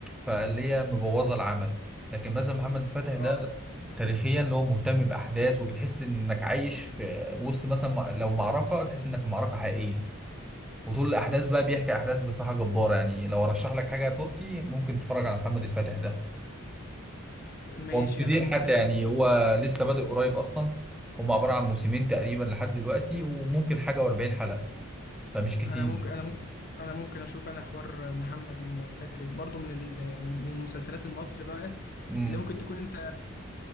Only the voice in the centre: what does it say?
فاللي هي مبوظه العمل لكن مثلا محمد فتح
ده لا، تاريخيا اللي هو مهتم باحداث وبتحس انك عايش في وسط مثلا م- لو معركه تحس انك في معركه حقيقيه وطول الاحداث بقى بيحكي احداث بصراحه جباره يعني لو ارشح لك حاجه تركي ممكن تتفرج على محمد الفاتح ده
هو مش كتير
حتى يعني هو لسه بادئ قريب اصلا هم عباره عن موسمين تقريبا لحد دلوقتي وممكن حاجه و40 حلقه فمش كتير
امم